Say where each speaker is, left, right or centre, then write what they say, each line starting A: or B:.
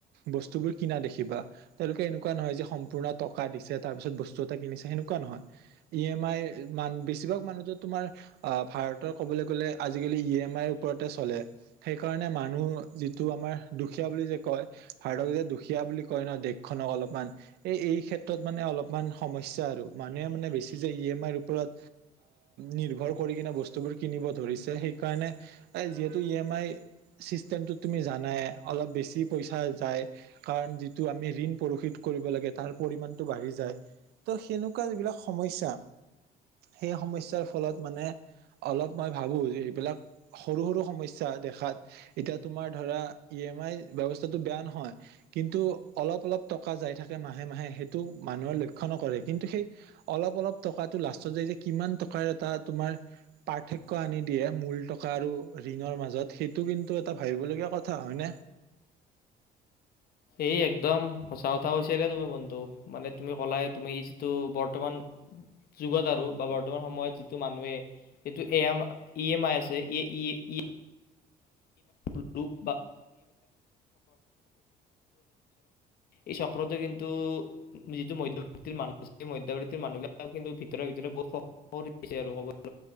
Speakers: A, on the right; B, on the left.
A: বস্তুবোৰ কিনা দেখিবা তেওঁলোকে এনেকুৱা নহয় যে পুণ টকা দিছে তাৰ পিছত বস্তু এটা কিনিছে সেনেকুৱা নহয় ই এম আই মান বেছিভাগ মানুহ তোমাৰ আহ ভাৰতৰ কবলৈ গলে আজিকালি ই এম আইৰ ওপৰতে চলে সেইকাৰণে মানুহ যিটো আমাৰ দুখীয়া বুলি যে কয় ভাৰতক যেতি দুখীয়া বুলি কয় ন দেশখনক অলপমান এই এই ক্ষেত্ৰত মানে অলপমান সমস্যা আৰু মানুহে মানে বেছি যে ই এম আইৰ ওপৰত নিৰ্ভৰ কৰি কিনে বস্তুবোৰ কিনিব ধৰিছে সেইকাৰণে এই যিহেতু ই এম আই চিষ্টেমটোত তুমি জানাই অলপ বেছি পইচা যায় কাৰণ যিটো আমি ঋণ প্ৰশোধ কৰিব লাগে। তাৰ পৰিমণটো বাঢ়ি যায় ত সেনেকুৱা যিবিলাক সমস্যা সেই সমস্যৰ ফলত মানে অলপ মই ভাবো যে সেইবিলাক সৰু সৰু সমস্য‌ দেখাত এতিয়া তোমাৰ ধৰা ই এম আই ব্ৱস্থাটো বেয়া নহয় কিন্তু অলপ অলপ টকা যাই থাকে মাহে মাহে সেইটো মানুহে লক্ষ্য নকৰে কিন্তু সেই অলপ অলপ টকাটো লাষ্টত য যে কিমান টকাৰ এটা তোমাৰ পাৰ্থক্য আনি দিয়ে মূল টকা আৰু ঋণৰ মাজত সেইটো কিন্তু এটা ভাবিবলগীয়া কথা হয় ন?
B: এই একদম সঁচা কথা কৈ হৈছে তুমি বন্ধু মানে তুমি ক'লা তুমি যিটো বৰ্তমান যুগত আৰু বা বৰ্তমান সময়ত যিটো মানুহে এইটো এ ই এম আই আছে ই, ই, ই <unintelligible> এই চক্ৰটো কিন্তু যিটো মধ্য়বৰ্ত মানুহ আছে মধ্য়বৰ্তিৰ মানুহ বিলাক কিন্তু ভিতৰে ভিতৰে বহুত কৰি আৰুব